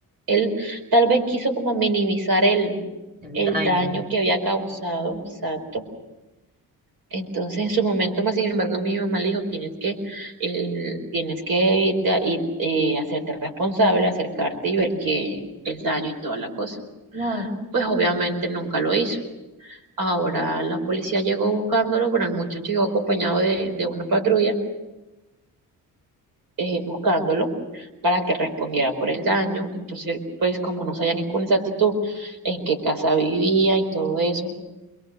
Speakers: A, on the right; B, on the right.
A: él tal vez quiso como minimizar el,
B: El
A: el
B: daño.
A: daño que había causado, exacto. Entonces en su momento, más sin embargo, mi mamá le dijo, tienes que, el- tienes que irte a, ir, eh, hacerte responsable, acercarte y ver que el daño y toda la cosa
B: Claro.
A: pues obviamente nunca lo hizo. Ahora la policía llegó buscándolo, pero el muchacho llegó acompañado de, de una patrulla eh, buscándolo para que respondiera por el daño. Entonces, pues como no sabían con exactitud en qué casa vivía y todo eso,